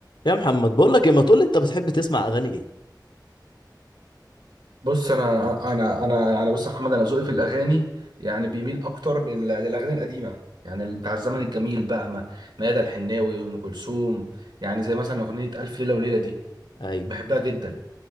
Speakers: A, on the left; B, on the right.
A: يا محمد بقول لك إيه، ما تقول لي انت بتحب تسمع اغاني ايه
B: بص انا انا انا يعني بص يا محمد انا ذوقي في الاغاني يعني بيميل اكتر لل- للاغاني القديمه يعني ال- بتاع الزمن الجميل بقى ما ميادة الحناوي وام كلثوم يعني زي مثلا اغنيه الف ليله وليله دي
A: ايوه
B: بحبها جدا